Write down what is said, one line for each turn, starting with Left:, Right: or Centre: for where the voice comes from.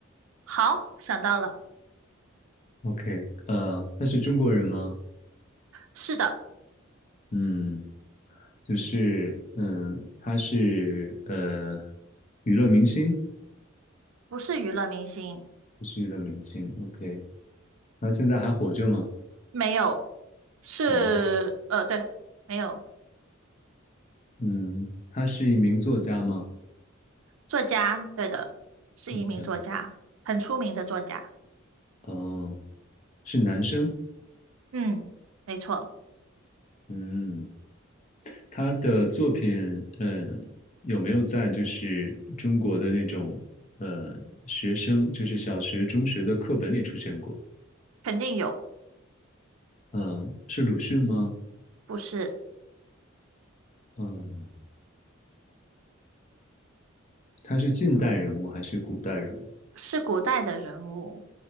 Right: 好，想到了，
Left: ，OK，呃，他是中国人吗？
Right: 是的，
Left: 嗯，就是嗯，他是呃娱乐明星，
Right: 不是娱乐明星，
Left: 不是娱乐明星，OK，他现在还活着吗？
Right: 没有，是呃，
Left: 哦，
Right: 对，没有，
Left: 嗯，他是一名作家吗？
Right: 作家，对的，是一名作家，
Left: 作家，
Right: 很出名的作家。
Left: 哦，是男生，
Right: 嗯，没错，
Left: 嗯，他的作品，呃，有没有在就是中国的那种呃学生，就是小学、中学的课本里出现过？
Right: 肯定有，
Left: 嗯，是鲁迅吗？
Right: 不是，
Left: 嗯，他是近代人物还是古代人物？
Right: 是古代的人物，